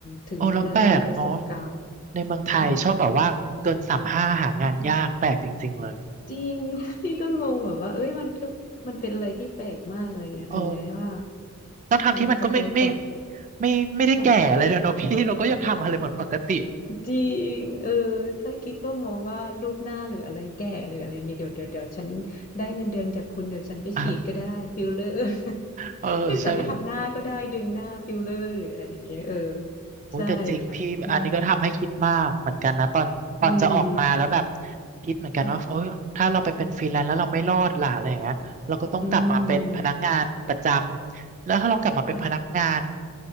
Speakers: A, on the left; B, on the right.
A: ถึงแม้เราจะมีประสบการณ์
B: โอ้แล้วแปลกเนาะในเมืองไทยชอบแบบว่าเกินสามห้าหางานยากแปลกจริงๆเลย
A: ค่ะอืมจริง <laughs> พี่ก็งงแบบว่าเอ้ยมันก็มันเป็นอะไรที่แปลกมากอะไรเงี้ยถึงแม้ว่า
B: เออแล้วทางที่มันก็ไม่ไม่
A: เราจะไปต่อ
B: ไม่ไม่ได้แก่อะไรเลยเนาะพี่เราก็ยังทำอะไรเหมือนปกติ
A: ค่ะ จริงเออถ้าคิดว่ามองว่ารูปหน้าหรืออะไรแก่หรืออะไรเงี้ยเดี๋ยวเดี๋ยวเดี๋ยวฉันได้เงินเดือนจากคุณเดี๋ยวฉันไปฉีดก็ได้ฟิลเลอร์
B: <laughs>
A: <laughs>
B: เออใช่ไหม
A: เดี๋ยวฉันไปทำหน้าก็ได้ดึงหน้าฟิลเลอร์หรืออะไรอย่างเงี้ยเออ
B: โอ้ยแต่จริงพี่อันนี้ก็ทำให้คิดมากเหมือนกันนะตอนตอนจะออกมาแล้วแบบ
A: ใช่ค่ะ อืมอืม
B: คิดเหมือนกันว่าโอ้ยถ้าเราไปเป็นฟรีแลนซ์แล้วเราไม่รอดล่ะอะไรอย่างเงี้ยเราก็ต้องกลับมาเป็นพนักงานประจำแล้วถ้าเรากลับมาเป็นพนักงาน
A: ค่ะอืมค่ะ